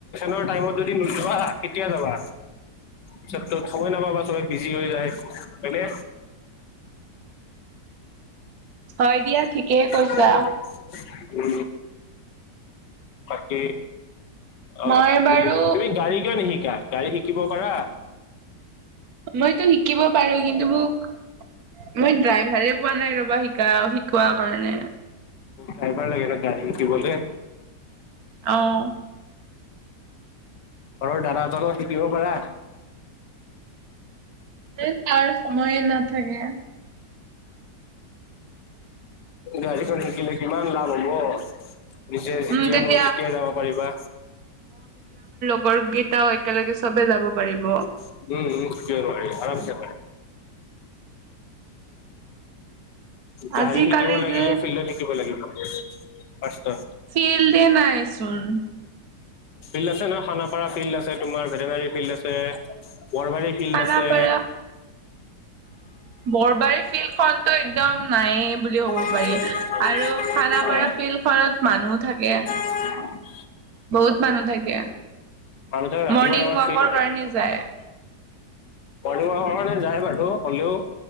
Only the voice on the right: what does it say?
হয়
দিয়া ঠিকেই কৈছা
মই বাৰু
মইতো শিকিব পাৰো। কিন্তু মোক মই ড্ৰাইভাৰে পোৱা নাই ৰ'বা। শিকা, শিকোৱাৰ কাৰণে।
আহ।
এ তাৰ সময়ে নাথাকে।
উম তেতিয়া
গৰৱ কেইটাও একেলগে চবে যাব পাৰিব।
আজিকালি
যে
ফেল দে, নাইচোন।
খানাপাৰা
বৰবাৰী ফিল্ড খনতো একদম নায়েই বুলি ক'ব
পাৰি আৰু খানাপাৰা ফিল্ড খনত মানুহ থাকে।
বহুত মানুহ থাকে।
মৰ্ণিং
ৱাকৰ
কাৰণে যায়